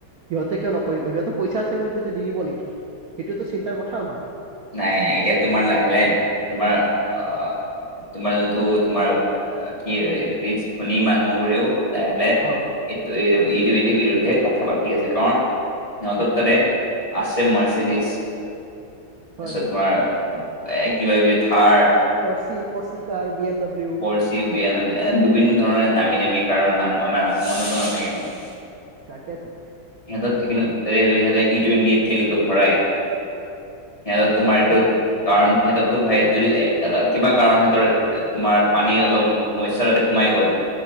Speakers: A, on the right; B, on the left.
A: সিহঁতে কিয় নকৰিব? সিহঁতৰ পইচা আছে বুলি সিহঁতে দি দিব নেকি? সেইটোৱেটো চিন্তাৰ কথা আমাৰ।
B: নাই, নাই। এতিয়া তোমাৰ লাহে লাহে তোমাৰ অ তোমাৰ যোনটো তোমাৰ কি ৰিচ ধনী মানুহবোৰেও লাহে লাহে
A: অ।
B: ই ইটুৱেনটিৰ বিৰুদ্ধে কথা পাতি আছে কাৰণ সিহঁতৰ তাতে আছে মাৰচিডিছ।
A: হয়
B: তাৰপিছত
A: হয়
B: তোমাৰ এ কিবা-কিবি থাৰ
A: পৰ্চি, পৰ্চী car B M W.
B: পৰ্চী, B M W এ বিভিন্ন ধৰণৰ দামী দামী কাৰৰ নাম, মোৰ মানে মনতো নাথাকে মোৰ।
A: তাকেটো।
B: সিহঁত কিন্তু সিহঁতে ইটুৱেণ্টি তেলটো ভৰাই সিহঁত তোমাৰ এইটো কাৰণ সিহঁতকতো ভাই যদি এ কিবা কাৰণ সিহঁতৰ এ তোমাৰ পানী অলপ মইচাৰত সোমাই গ'ল।